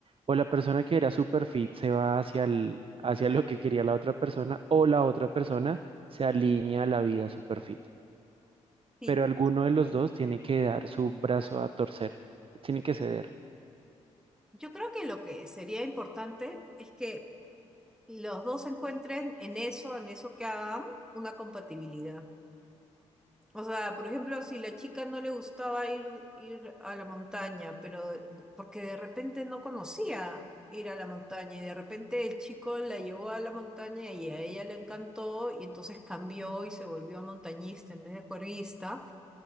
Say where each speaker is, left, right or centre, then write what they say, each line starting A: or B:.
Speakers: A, on the right; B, in the centre.
A: O la persona que era super fit se va hacia el- hacia lo que quería la otra persona, o la otra persona se alinea a la vida super fit.
B: Sí.
A: Pero alguno
B: sí,
A: de los
B: sí,
A: dos
B: sí.
A: tiene
B: sí.
A: que dar su brazo a torcer, tiene que ceder.
B: Yo creo que lo que sería importante es que los dos encuentren en eso, en eso que hagan, una compatibilidad. O sea, por ejemplo, si la chica no le gustaba ir, ir a la montaña, pero porque de repente no conocía ir a la montaña y de repente el chico la llevó a la montaña y a ella le encantó y entonces cambió y se volvió montañista en vez de juerguista,